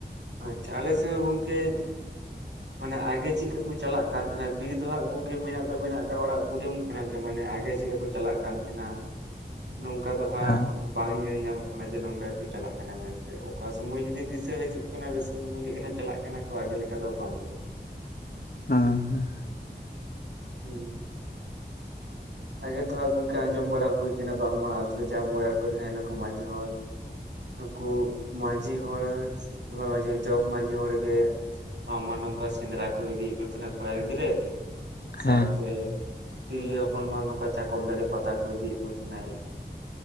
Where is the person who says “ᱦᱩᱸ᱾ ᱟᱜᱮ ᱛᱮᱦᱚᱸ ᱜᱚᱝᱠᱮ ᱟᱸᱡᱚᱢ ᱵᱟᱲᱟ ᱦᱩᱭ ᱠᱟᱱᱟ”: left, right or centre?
Right